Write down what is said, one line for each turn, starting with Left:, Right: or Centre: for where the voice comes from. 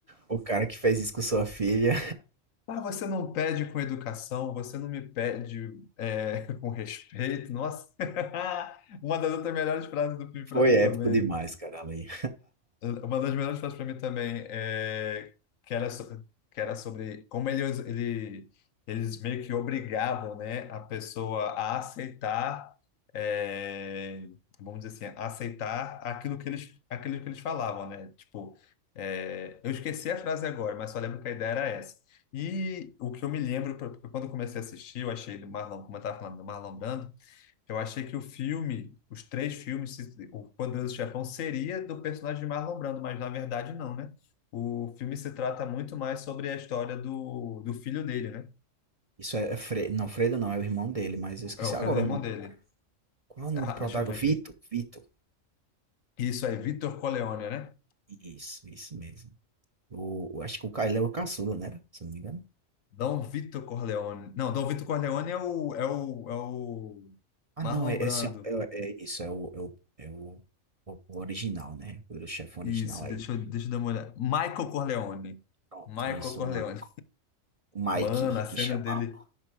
Right: o cara que fez isso com sua filha?
Left: Ah, você não pede com educação, você não me pede é, <laughs> com respeito. Nossa, <laughs> uma das outras melhores frases
Right: <laughs>
Left: do filme
Right: Foi
Left: para mim
Right: épico
Left: também.
Right: demais, cara, ali.
Left: Uma das melhores frases para mim também é que era sobre, que era sobre como eles, ele, eles meio que obrigavam, né, a pessoa a aceitar, é, vamos dizer assim, aceitar aquilo que eles, aquilo que eles falavam, né? Tipo, é, eu esqueci a frase agora, mas só lembro que a ideia era essa. E o que eu me lembro, pra- quando eu comecei a assistir, eu achei do Marlon, como eu estava falando, do Marlon Brando, eu achei que o filme, os três filmes, se- o Poderoso Chefão seria do personagem de Marlon Brando, mas na verdade não, né? O filme se trata muito mais sobre a história do, do filho dele, né?
Right: Isso é, é Fre... não, Fredo não, é o irmão dele, mas eu esqueci
Left: É o Alfredo,
Right: agora
Left: é
Right: o
Left: o
Right: nome,
Left: irmão dele.
Right: cara. Qual é o nome
Left: Ah,
Right: do protagonista?
Left: deixa eu ver aqui.
Right: Vito, Vito.
Left: Isso aí, Vitor Corleone, né?
Right: Isso, isso mesmo. O, o- acho que o Ca- é o caçula, né? era? Se eu não me engano.
Left: Dom Vitor Corleone. Não, Dom Vitor Corleone é o, é o, é o
Right: Ah,
Left: Marlon
Right: não, é,
Left: Brando.
Right: esse, é, é isso, é o, é o, é o, o- o original, né? O chefe original
Left: Isso,
Right: aí.
Left: deixa eu, deixa eu dar uma olhada. Michael Corleone.
Right: Pronto,
Left: Michael
Right: isso,
Left: Corleone.
Right: o Ma- o Mike,
Left: Mano, a cena
Right: que chamava.
Left: dele.